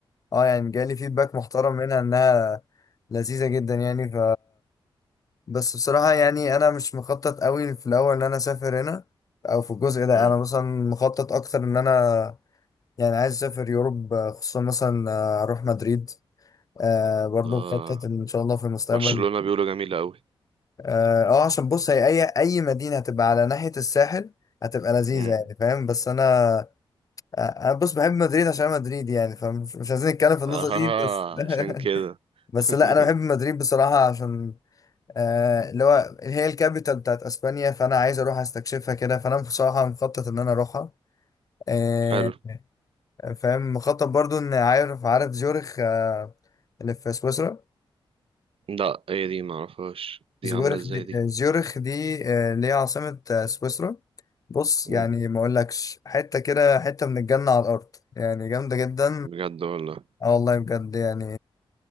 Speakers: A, on the left; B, on the right.
A: اه يعني جالي فيدباك محترم منها انها لذيذه جدا يعني ف بس بصراحه يعني انا مش مخطط قوي في الاول ان انا اسافر هنا او في الجزء ده
B: مم.
A: انا مثلا مخطط اكتر ان انا يعني عايز اسافر يوروب آه، خصوصا مثلا آه، اروح مدريد آه برضه
B: اه
A: مخطط ان شاء الله في المستقبل
B: برشلونة بيقولوا جميلة أوي
A: اه آه، عشان بص هي اي اي مدينه هتبقى على ناحيه الساحل هتبقى لذيذه
B: مم.
A: يعني فاهم بس انا آه، انا بص بحب مدريد عشان أنا مدريد يعني فمش مش عايزين نتكلم في
B: اه
A: النقطه دي بس
B: عشان كده
A: <laughs> بس
B: <laughs>
A: لا انا بحب مدريد بصراحه عشان آه، اللي هو هي الكابيتال بتاعت اسبانيا فانا عايز اروح استكشفها كده فانا بصراحه مخطط ان انا اروحها آه،
B: حلو
A: فاهم مخطط برضو ان عارف عارف زيورخ آه، اللي في سويسرا
B: لا ايه دي معرفهاش دي
A: زيورخ
B: عاملة ازاي
A: دي
B: دي
A: زيورخ دي آه، اللي هي عاصمة آه، سويسرا بص
B: مم.
A: يعني ما اقولكش حتة كده حتة من الجنة على الأرض يعني جامدة جدا
B: بجد والله
A: اه والله بجد يعني